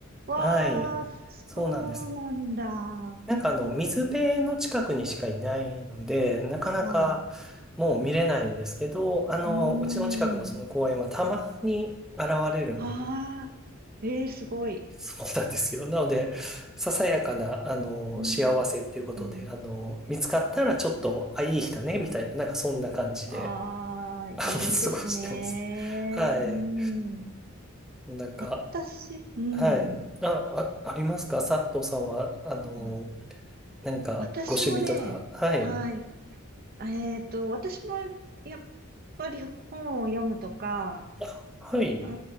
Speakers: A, on the right; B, in the centre.
A: わー、
B: はい。そうなんです。
A: そうなんだ。は
B: なんかあの、水辺の近くにしかいないので、なかなかもう見れないんですけど、
A: い。
B: あの、
A: うー
B: うちの近くのその公園はたまに現れるので、
A: ん。ああ、えー、すごい。
B: そうなんですよ。なので、ささやかな、あの、
A: うー
B: 幸せっていうことで、
A: ん。
B: あの、見つかったらちょっと、あ、いい日だね、みたいな、なんかそんな感じで、
A: ああ、
B: <laughs> あの、
A: いいですね。
B: 過ごしてます。はい。
A: うん。
B: なんか、
A: 私、うん。
B: はい。あ、あ、ありますか佐藤さんは、あの、
A: あ
B: 何かご趣味とか、
A: 私もね、
B: はい。
A: はい。えっと、私もやっぱり本を読むとか、
B: あはい。
A: うー